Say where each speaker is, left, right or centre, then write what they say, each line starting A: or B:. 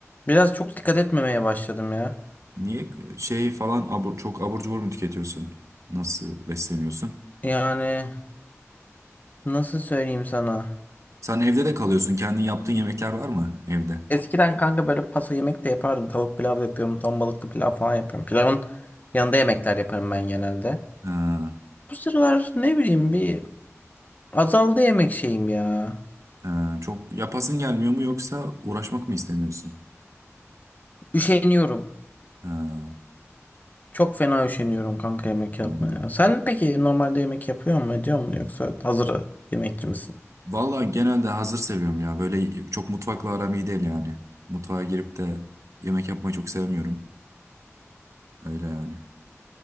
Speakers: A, on the left; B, on the right.
A: biraz çok dikkat etmemeye başladım ya.
B: Niye şey falan abur- çok abur cubur mu tüketiyorsun? Nasıl besleniyorsun?
A: Yani nasıl söyleyeyim sana?
B: Sen evde de kalıyorsun. Kendin yaptığın yemekler var mı evde?
A: Eskiden kanka böyle paso yemek de yapardım. Tavuk pilav yapıyorum. Ton balıklı pilav falan yapıyorum. Pilavın yanında yemekler yaparım ben genelde.
B: Ha.
A: Bu sıralar ne bileyim bir azaldı yemek şeyim ya.
B: Ha. Çok yapasın gelmiyor mu yoksa uğraşmak mı istemiyorsun?
A: Üşeniyorum.
B: Ha.
A: Çok fena üşeniyorum kanka yemek yapmaya.
B: Anladım.
A: Sen peki normalde yemek yapıyor mu ediyor mu yoksa hazır yemekçi misin?
B: Vallahi genelde hazır seviyorum ya. Böyle çok mutfakla aram iyi değil yani. Mutfağa girip de yemek yapmayı çok sevmiyorum. Öyle yani.